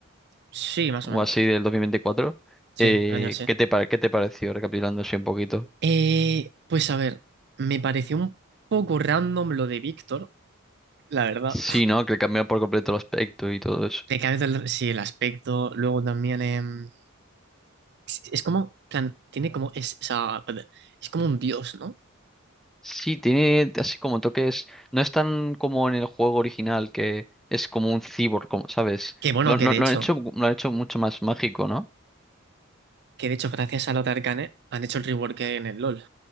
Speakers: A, on the right; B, in the centre.
A: Sí, más
B: O
A: o menos.
B: así del 2024.
A: Sí,
B: Eh,
A: el año sí.
B: ¿qué te, pare- qué te pareció, recapitulando así un poquito?
A: Eh, pues a ver, me pareció un poco random lo de Víctor, la verdad.
B: Sí, ¿no? Que cambió por completo el aspecto y todo
A: De que a el- sí, el aspecto, luego también em, es, es como, plan, tiene como, es, o sea, es como un dios, ¿no?
B: Sí, tiene así como toques. No es tan como en el juego original que es como un cyborg, como, ¿sabes?
A: Que bueno,
B: Lo, lo-
A: que de
B: lo
A: hecho,
B: han hecho, lo han hecho mucho más mágico, ¿no?
A: que de hecho gracias a Lothar Arcane han hecho el rework en el LoL.